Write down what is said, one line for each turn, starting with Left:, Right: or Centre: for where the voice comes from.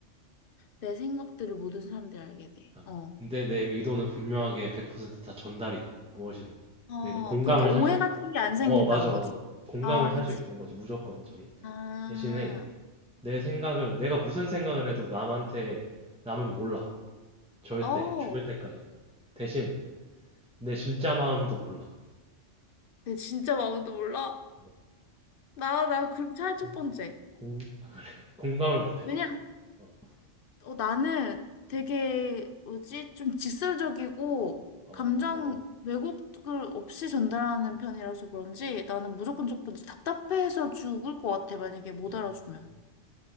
Left: 내 생각들을 모든 사람들이 알게 돼.
Centre: 어.
Left: 어.
Centre: 근데 내 의도는 분명하게 100%다 전달이 돼. 무엇이든.
Left: 어,
Centre: 그러니까 공감을
Left: 그러니까 오해
Centre: 살 수, 있...
Left: 같은 게 안 생긴다는
Centre: 어, 맞아, 맞아.
Left: 거지.
Centre: 공감을
Left: 아,
Centre: 살
Left: 그치.
Centre: 수 있다는 거지, 무조건적인.
Left: 아,
Centre: 대신에 내 생각을, 내가 무슨 생각을 해도 남한테, 남은 몰라. 절대.
Left: 어.
Centre: 죽을 때까지. 대신 내 진짜 마음도 몰라.
Left: 내 진짜 마음도 몰라.
Centre: 어,
Left: 나, 나 그럼 차라리 첫
Centre: 공,
Left: 번째.
Centre: 공, 공감을 못 해줘.
Left: 왜냐?
Centre: 어. 어.
Left: 어, 나는 되게
Centre: 음.
Left: 뭐지? 좀 직설적이고
Centre: 어,
Left: 감정
Centre: 어,
Left: 왜곡을 없이 전달하는 편이라서 그런지 나는 무조건 첫 번째 답답해서 죽을 것 같아. 만약에 못
Centre: 어.
Left: 알아주면.
Centre: 어.